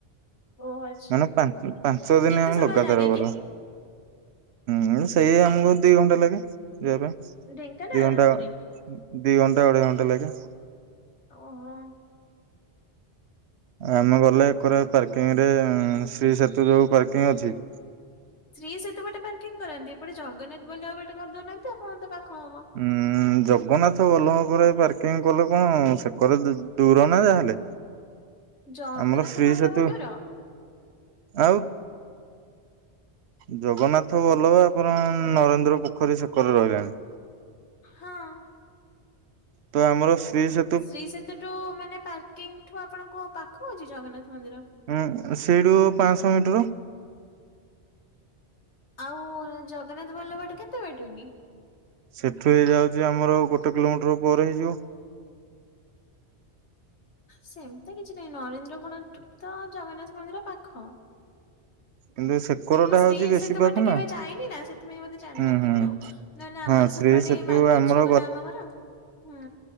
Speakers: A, on the left; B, on the right.
A: ଓ ଆଚ୍ଛା
B: ମାନେ ପାଞ୍ଚ ଦିନ
A: କେତେ
B: ଆମେ
A: ସମୟ
B: ଲଗାତାର
A: ଲାଗେ
B: ଗଲୁ।
A: କି?
B: ହୁଁ ସେଇ ଆମକୁ ଦି ଘଣ୍ଟା ଲାଗେ ଯିବା ପାଇଁ।
A: ଢେଙ୍କାନାଳରୁ
B: ଦି ଘଣ୍ଟା
A: ପୁରୀ
B: ଦି ଘଣ୍ଟା ଅଢ଼େଇ ଘଣ୍ଟା ଲାଗେ।
A: ଓହୋ।
B: ଆମେ ଗଲେ ଏକରେ ପାର୍କିଂ ରେ ଶ୍ରୀ ସେତୁ ଯୋଉ ପାର୍କିଂ ଅଛି।
A: ଶ୍ରୀ ସହିତ ଗୋଟେ ପାର୍କିଂ କରନ୍ତି ଏପଟେ ଜଗନ୍ନାଥ ଭଲ ହବ ଗୋଟେ ଗାଧଉନାହାନ୍ତି ଆପଣଙ୍କ ତ ପାଖ ହବ?
B: ଉଁ ଜଗନ୍ନାଥ ବଲ୍ଲଭପରେ ପାର୍କିଂ କଲେ କଣ ସେକରେ ଦୂର ନା ଯାହାହେଲେ।
A: ଜଗନ୍ନାଥ
B: ଆମର ଫ୍ରି
A: ବଲ୍ଲଭ
B: ସେତୁ
A: ଦୂର
B: ଆଉ ଜଗନ୍ନାଥ ବଲ୍ଲଭ ଆପଣ ନରେନ୍ଦ୍ର ପୋଖରୀ ସେକରେ ରହିଲାଣି।
A: ହଁ।
B: ତ ଆମର ଶ୍ରୀ ସେ
A: ଶ୍ରୀ ସେତୁଠୁ ମାନେ ପାର୍କିଂଠୁ ଆପଣଙ୍କ ପାଖ ଅଛି ଜଗନ୍ନାଥ ମନ୍ଦିର?
B: ହଁ ସେଇଠୁ ପା ଶହ ମିଟର।
A: ଆଉ ଜଗନ୍ନାଥ ବଲ୍ଲଭ ଏଠୁ କେତେ ବାଟ କି?
B: ସେଠୁ ହେଇଯାଉଛି ଆମର ଗୋଟେ କିଲୋମିଟର ପରେ ହେଇଯିବ।
A: ସେମିତି କିଛି ନାହିଁ ନରେନ୍ଦ୍ର ଗୋଡଠୁ ତ ଜଗନ୍ନାଥ ମନ୍ଦିର ପାଖ।
B: କିନ୍ତୁ ସେକରଟା
A: ମୁଁ ଶ୍ରୀ
B: ହଉଛି ବେଶୀ
A: ସେତେ
B: ପାଖ
A: ବାଟ କେବେ
B: ନା
A: ଯାଇନି ନା ସେଥି ମତେ ଜାଣିନଥିବି
B: ହୁଁ ହୁଁ
A: ଆଉ ନହେଲେ ଆମର
B: ହଁ
A: ସେପଟେ
B: ଶ୍ରୀ ସେତୁ
A: ମାର୍କେଟ
B: ଆମର
A: ଛକ ନା ଆମ ଘର ହୁଁ।